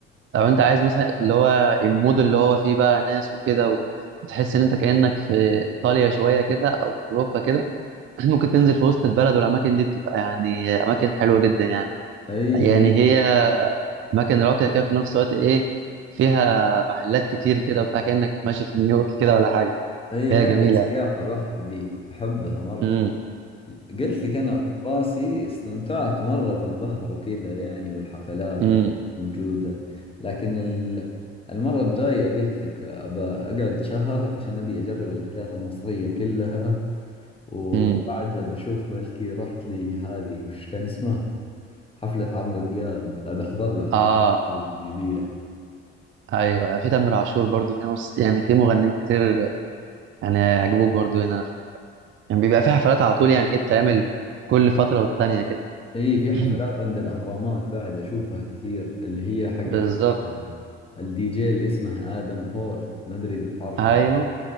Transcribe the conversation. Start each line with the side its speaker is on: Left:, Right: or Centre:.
Right: لو انت عايز مثلا اللي هو المود اللي هو فيه بقى ناس وكده و- وتحس ان انت كأنك في ايطاليا شوية كده او اوروبا كده <clears throat> ممكن تنزل في وسط البلد والاماكن دي بتبقى يعني اماكن حلوة جدا يعني
Left: ايه
Right: يعني
Left: ايه
Right: هي
Left: ايه
Right: اماكن راقية كده في نفس الوقت ايه فيها محلات كتير كده وبتاع كأنك ماشي في نيويورك كده ولا حاجة
Left: إيه،
Right: هي
Left: حقة
Right: جميلة
Left: سياحة بحت ذي أحبها مرة
Right: امم
Left: قلت لك أنا في راسي استمتعت مرة في البحر وكذا يعني والحفلات
Right: امم
Left: اللي كانت موجودة لكن ال- المرة الجاية قلت لك بقعد شهر عشان أبي أجرب الأكلات المصرية كلها وبعد
Right: امم
Left: بشوف بلكي رحت لي هذه وش كان اسمها حفلة عمرو دياب بحضر له حفلة
Right: اه
Left: لازم يبي له
Right: ايوه في تامر عاشور برضو في نص يعني في مغنيين كتير يعني هيعجبوك برضو هنا يعني بيبقى في حفلات على طول يعني ايه بتعمل كل فترة والتانية كده
Left: اي في حفلات
Right: <clears throat>
Left: عند الأهرامات بعد أشوفها كثير اللي هي حقت
Right: بالظبط
Left: آه، الدي جي اللي اسمه آدم بورت ما أدري إذا تعرفه
Right: ايوه